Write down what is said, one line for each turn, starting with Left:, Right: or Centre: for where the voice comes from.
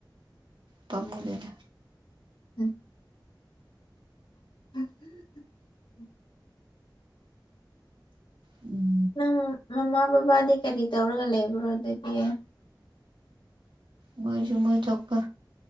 Right: ꯇꯃꯨꯗꯅ
Left: ꯎꯝ <inaudible>
Right: ꯎꯝ
Left: ꯅꯪ ꯃꯃꯥ ꯕꯕꯥꯗꯤ ꯀꯔꯤ ꯇꯧꯔꯒ ꯂꯩꯕ꯭ꯔꯣ ꯑꯗꯨꯗꯤ
Right: ꯃꯣꯏꯁꯨ ꯃꯣꯏ ꯊꯣꯛꯄ